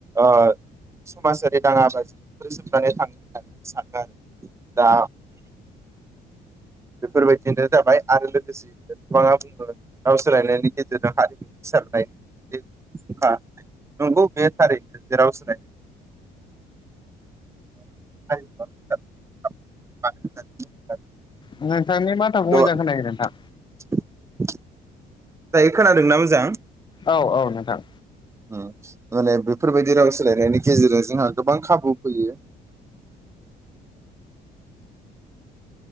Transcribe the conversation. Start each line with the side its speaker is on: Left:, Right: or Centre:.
Right: ओ समाजारि दाङा बाजि <unintelligible> दा बेफोरबायदिनो जाबाय आरो लोगोसे गोबाङा बुङो राव सोलायनायनि गेजेरजों हारिमु गोसारनायनि फुंखा नंगौ बे थारैनो जे राव सोलायनाया हारिमुवा <unintelligible>
Left: नोंथांनि माथोखौ
Right: गोबां
Left: मैजां खोनायाखै नोंथां
Right: <inaudible> दायो खोनादोंना मोजां
Left: औ औ नोंथां
Right: माने बेफोरबायदि राव सोलायनायनि गेजेरजों जोंहा गोबां खाबु फैयो